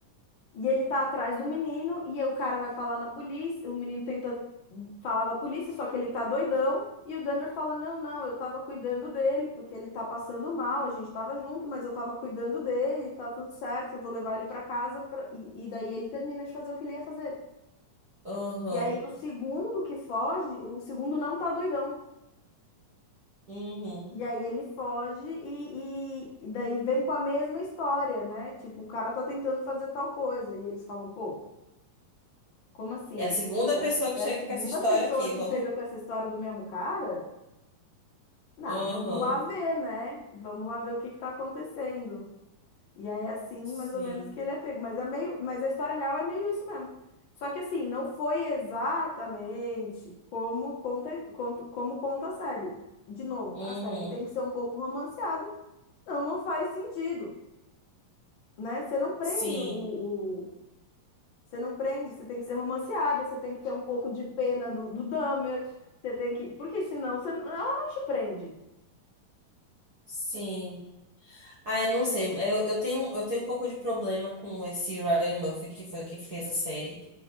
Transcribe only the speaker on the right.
Aham.
Uhum.
É a segunda pessoa
que chega
com essa história
aqui,
vamos.
Uhum.
Sim.
Uhum.
Sim.
Sim. Ah, eu não sei. Eu, eu tenho, eu tenho um pouco de problema com esse Ryan Murphy, que foi quem fez a série.